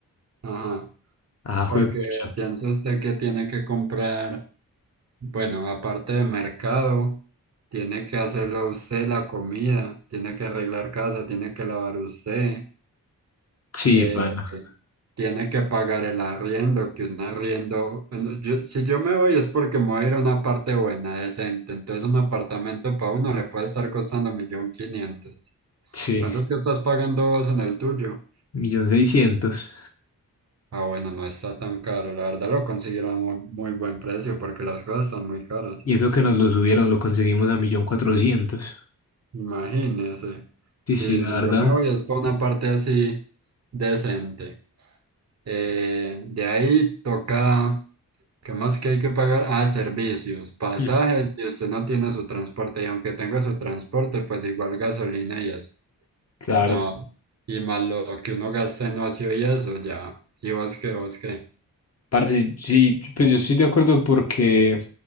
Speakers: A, on the right (about 45°); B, on the left (about 40°).
A: ajá,
B: Ah, juepucha.
A: porque piensa usted que tiene que comprar, bueno, aparte de mercado, tiene que hacerlo usted la comida, tiene que arreglar casa, tiene que lavar usted.
B: Sí,
A: eh,
B: pana.
A: tiene que pagar el arriendo, que un arriendo, bueno, yo- si yo me voy es porque me voy a ir a una parte buena, decente, entonces un apartamento para uno le puede estar costando un millón quinientos.
B: Sí,
A: ¿Cuánto es que estás pagando vos en el tuyo?
B: millón seiscientos.
A: Ah, bueno, no está tan caro, la verdad lo consiguieron a muy, muy buen precio porque las cosas están muy caras.
B: Y eso que nos lo subieron, lo conseguimos a millón cuatrocientos.
A: Imagínese,
B: Sí,
A: si,
B: sí, la
A: si
B: verdad.
A: yo me voy es
B: <laughs>
A: para una parte así decente. Eh, de ahí toca. ¿Qué más que hay que pagar? Ah, servicios, pasajes,
B: Mm.
A: si usted no tiene su transporte, y aunque tenga su transporte, pues igual gasolina y eso.
B: Claro.
A: No, y más lo que uno gasta en ocio y eso, ya. ¿Y vos qué, vos qué?
B: Parce, sí, pues yo estoy de acuerdo porque